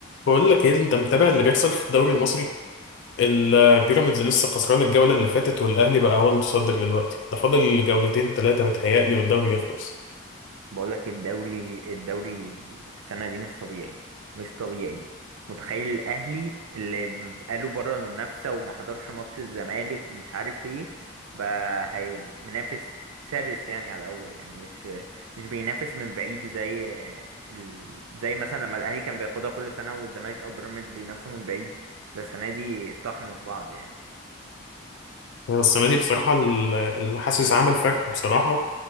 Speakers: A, on the left; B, on the right.
A: بقول لك ايه انت متابع اللي بيحصل في الدوري المصري البيراميدز لسه خسران الجولة اللي فاتت والاهلي بقى هو المتصدر دلوقتي ده فاضل جولتين ثلاثة متهيألي والدوري يخلص
B: بقول لك الدوري الدوري السنة دي مش طبيعي مش طبيعي متخيل الأهلي اللي بقاله بره المنافسة وما حضرش ماتش الزمالك ومش عارف ايه بقى هي منافس شرس يعني على الأول يعني مش مش بينافس من بعيد زي ال... زي مثلا لما الأهلي كان بياخدها كل سنة والزمالك أو بيراميدز بينافسوا من بعيد ده السنة دي طحن في بعض يعني
A: السنة دي بصراحة ال- اللي حاسس عمل فرق بصراحة